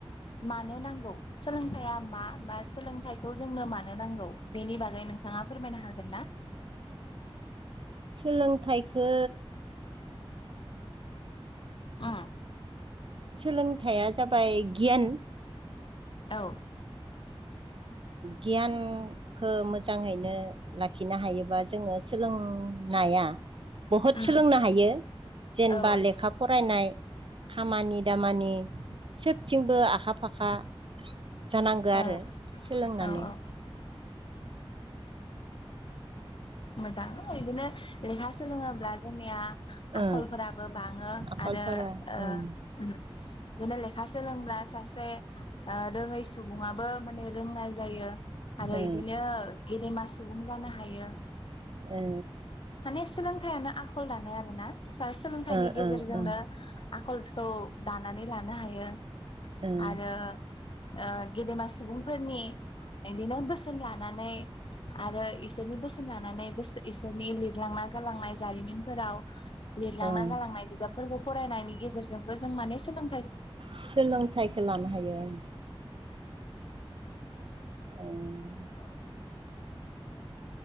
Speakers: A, on the left; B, on the right.
A: मानो नांगौ? सोलोंथाइया मा बा सोलोंथाइखौ जोंनो मानो नांगौ बेनि बागै नों नोंथाङा फोरमायनो हागोन ना?
B: सोलोंथाइखो
A: आ।
B: सोलोंथाइया जाबाय गियान
A: औ।
B: गियानखो मोजाङैनो लाखिनो हायोबा जोङो सोलों नाया बहुद
A: उम
B: सोलोंनो हायो जेनेबा
A: औ
B: लेखा फरायनाय खामानि दामानि सोबथिंबो आखा फाखा जानांगो
A: औ
B: आरो! सोलोंनानै
A: औ औ। मोजां इदिनो लेखा सोलोङोब्ला जोंनिया आखलफोराबो
B: ओ
A: बाङो
B: आखलफोरा
A: आरो ओ-ओम
B: ओं
A: बिदिनो ले लेखा सोलोंब्ला सासे ओ रोङै सुबुङाबो माने रोंनाय जायो। आरो
B: ओ
A: इदिनो गेदेमा सुबुं जानो हायो
B: ओ
A: माने सोलोंथाइयानो आखल दानाय आरोना सा-सोलोंथाइनि
B: ओ
A: गेजेरजोंनो
B: ओ ओ
A: आखलखौ दानानै लानो हायो
B: ओ
A: आरो ओ गेदेमा सुबुंफोरनि इदिनो बोसोन लानानै आरो इसोरनि बोसोन लानानै बोसो एसोरनि लिरलांना गालांनाय जारिमिनफोराव लिरलांना
B: ओ
A: गालांनाय बिजाबफोरखौ फरायनायनि गेजेरजोंबो जों माने सोलों
B: सोलोंथाइखो लानो हायोम। ओं।
A: औ।